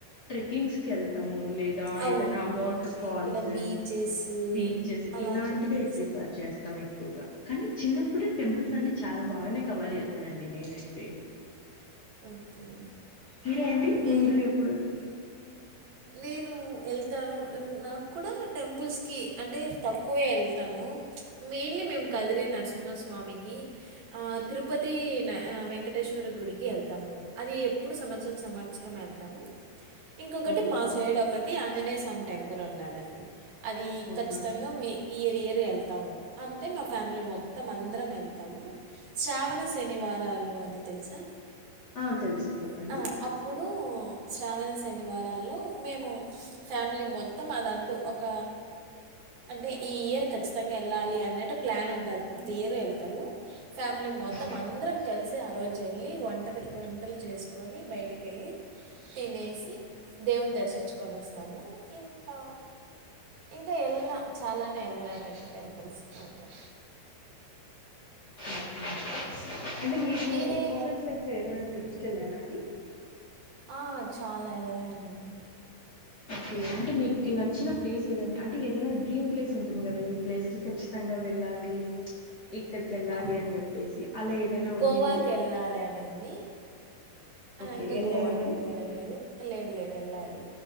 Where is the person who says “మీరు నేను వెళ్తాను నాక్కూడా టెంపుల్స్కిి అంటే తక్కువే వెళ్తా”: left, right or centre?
Right